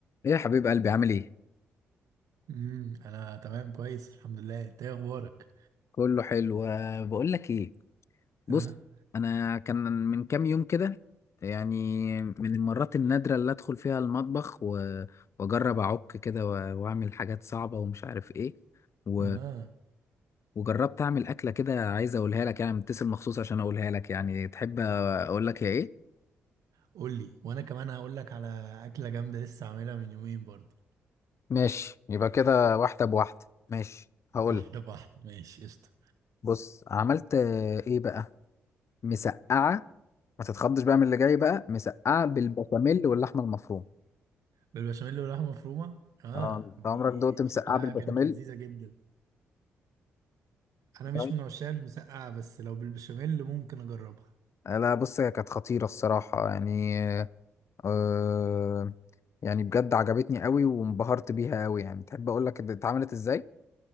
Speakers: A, on the left (about 50°); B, on the right (about 65°).
A: ايه يا حبيب قلبي عامل ايه
B: امم انا تمام كويس الحمد لله انت ايه اخبارك
A: كله حلو آه، بقول لك ايه بص
B: اه
A: انا كان من كام يوم كده يعني من المرات النادرة اللي ادخل فيها المطبخ و- واجرب اعك كده و- واعمل حاجات صعبة ومش عارف ايه و-
B: اه
A: وجربت اعمل اكلة كده عايز اقولها لك يعني متصل مخصوص عشان اقولها لك يعني تحب اقول لك هي ايه
B: قول لي وانا كمان هقول لك على اكله جامده لسه عاملها من يومين برضه
A: ماشي يبقى كده واحدة بواحدة ماشي هقول
B: واحده بواحده ماشي قشطه
A: بص عملت آه، ايه بقى مسقعة ما تتخضش بقى من اللي جاي بقى مسقعه بالبشاميل واللحمه المفرومه
B: بالبشاميل واللحمه مفرومه اه
A: اه انت
B: دي
A: عمرك دقت مسقعه
B: شكلها
A: بالبشاميل
B: كانت لذيذه جدا انا مش
A: طيب
B: من عشاق المسقعه بس لو بالبشاميل ممكن اجربها
A: آه، لا بص هي كانت خطيره الصراحه يعني آه يعني بجد عجبتني قوي وانبهرت بيها قوي يعني تحب اقول لك اتعملت ازاي